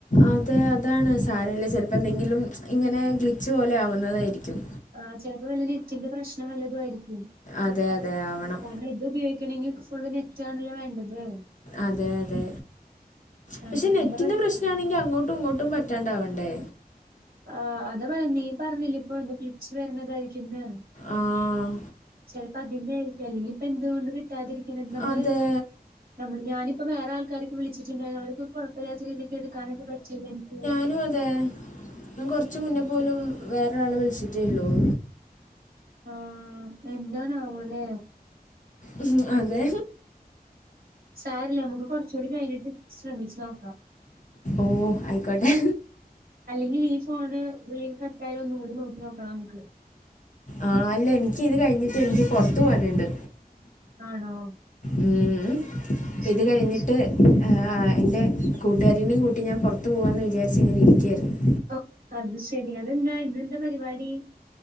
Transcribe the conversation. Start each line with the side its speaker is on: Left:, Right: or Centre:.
Left: അതെ അതാണ് സാരല്ല ചെലപ്പോ എന്തെങ്കിലും ഇങ്ങനെ ഗ്ലിച്ച് പോലെ ആവുന്നതായിരിക്കും.
Right: ആഹ് ചെലപ്പോ വല്ല ലിറ്റിന്റെ പ്രശ്നം വല്ലതും ആയിരിക്കും.
Left: അതെ അതെ ആവണം.
Right: കാരണം ഇത് ഉപയോഗിക്കണങ്കിൽ ഫുള്ള് നെറ്റാണല്ലോ വേണ്ടത്-
Left: അതെ അതെ പക്ഷെ
Right: അതെ
Left: നെറ്റിന്റെ
Right: എന്താ പറ
Left: പ്രശ് റ്റ് ആണെങ്കി അങ്ങോട്ടും ഇങ്ങോട്ടും പറ്റാണ്ടാവണ്ടേ?
Right: ആഹ് അതാപറഞ്ഞെ നീ പറഞ്ഞില്ലെ ഇപ്പൊ എന്തോ ക്ലിപ്സ് വരുന്നതായിരിക്ക്ന്ന്-
Left: ആഹ്
Right: ചിലപ്പോ അതിന്റെ ആയിരിക്കും അല്ലെങ്കി ഇപ്പ എന്തുകൊണ്ട് കിട്ടാതിരിക്കണത് നമ്മള്
Left: അതെ
Right: നമ്മള് ഞാനിപ്പൊ വേറെ ആൾക്കാരിക്ക് വിളിട്ടുണ്ടായിരുന്നു അവര് ക്ക് കോഴപ്പല്ലാത്ത രീതിക്ക് എടുക്കാനൊക്കെ പറ്റിയല്ലോ എനിക്ക്
Left: <inaudible> അതേ ഞാൻ കൊറച് മുന്നേ പോലും വേറൊരാളെ വിളിച്ചിട്ടേള്ളൂ-
Right: ആഹ് എന്തണാവോലെ?
Left: ഉം അതെ
Right: സാരല്ല അമക്ക് കോറച്ചുടി കഴിഞ്ഞിട്ട് ശ്രമിച്ചു നോക്കാം-
Left: ഓഹ് അയിക്കോട്ടെ.
Right: അല്ലെങ്കിൽ ഈ ഫോണ് വിളി കട്ടായാല് ഒന്നുംകൂടി നോക്കി നോക്കണംനമക്ക്-
Left: ആഹ് അല്ല എനിക്ക് ഇത് കഴിഞ്ഞിട്ട് എനിക്ക് പോറത് പോവാനുണ്ട്.
Right: ആണോ?
Left: ഉം
Right: ശരി.
Left: ഇത് കഴിഞ്ഞി ട്ട് ഏൻ്റെ കൂട്ടുകാരിനികൂട്ടി ഞപുറത്ത് പോവാന്ന് വിചാരിച്ച ഇങ്ങനെ ഇരിക്കര് ന്നു
Right: ഹോ അത് ശെരി അതെന്താ ഇതി ന്റെ പരിവാടി?